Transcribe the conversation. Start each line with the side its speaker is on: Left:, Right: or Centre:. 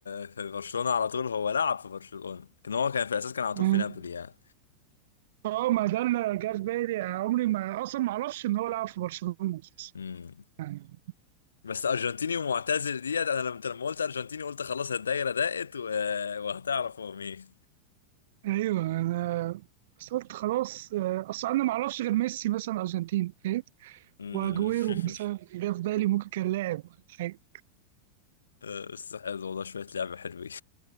Left: في برشلونة على طول هو لعب في برشلونة كان هو كان في الأساس كان على
Right: مم.
Left: طول في نابولي يعني
Right: اه ما ده اللي جه في بالي عمري ما أصلا ما أعرفش إن هو لعب في برشلونة أساسا
Left: امم
Right: يعني
Left: بس أرجنتيني ومعتزل ديت أنا لما لما قلت أرجنتيني قلت خلاص الدايرة ضاقت و- وهتعرف هو مين
Right: ايوه انا بس قلت خلاص آه، اصل انا ما اعرفش غير ميسي مثلا ارجنتين فاهم
Left: امم
Right: واجويرو
Left: <laughs>
Right: مثلا جه في بالي ممكن كان لاعب ولا حاجه
Left: أه، بس حلو والله شوية لعبة حلوين